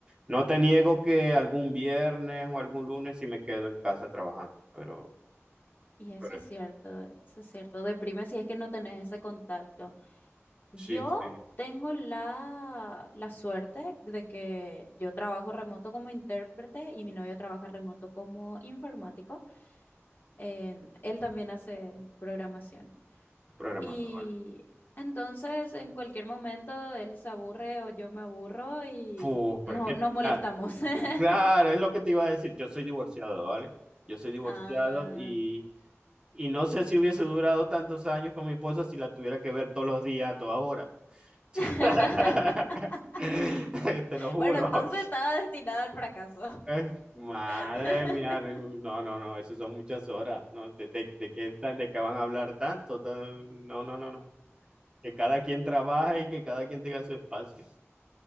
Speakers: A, on the right; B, on the left.
A: No te niego que algún viernes o algún lunes sí me quedo en casa trabajando, pero,
B: Y eso
A: pero
B: es cierto, eso es cierto. Deprime si es que no tenés ese contacto. Yo
A: sí, sí,
B: tengo la, la suerte de que yo trabajo remoto como intérprete y mi novio trabaja remoto como informático. En- él también hace programación.
A: es programador,
B: Y
A: ¿vale?
B: entonces en cualquier momento él se aburre o yo me aburro y
A: Uf, pero
B: no,
A: es que,
B: nos molestamos.
A: ah,
B: <laughs>
A: claro, es lo que te iba a decir, yo soy divorciado, ¿vale? Yo soy divorciado
B: Ah.
A: y, y no sé si hubiese durado tantos años con mi esposa si la tuviera que ver todos los días, a toda hora.
B: <laughs>
A: <laughs> <laughs> Te lo juro.
B: Bueno, entonces
A: <laughs>
B: estaba destinado al fracaso.
A: Eh, Madre
B: <laughs>
A: mía, no, no, no, eso son muchas horas. No, de, de, de qué, tan- de qué van a hablar tanto? Tan- No, no, no, no. Que cada quien trabaje y que cada quien tenga su espacio.